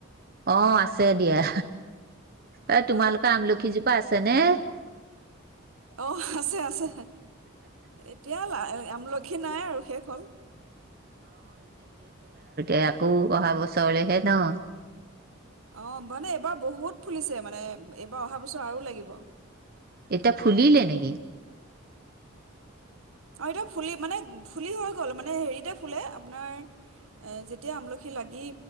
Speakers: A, on the right; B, on the right.
A: অ, আছে। এয়া এ তোমালোকৰ
B: অ
A: আমলখিজোপা আছে নে?
B: অ' আছে আছে এতিয়া আমলখি নাই আৰু শেষ হল।
A: এ আকৌ অহা বছৰলেহে ন,
B: অ মানে এইবাৰ বহুত ফুলিছে মানে এইবাৰ অহা বছৰ আৰু লাগিব।
A: এতিয়া ফুলিলে নেকি?
B: অ এতিয়া ফুলি মানে ফুলি হৈ গল। মানে হেৰিতে ফুলে আপোনাৰ এ যেতিয়া আমলখি লাগি,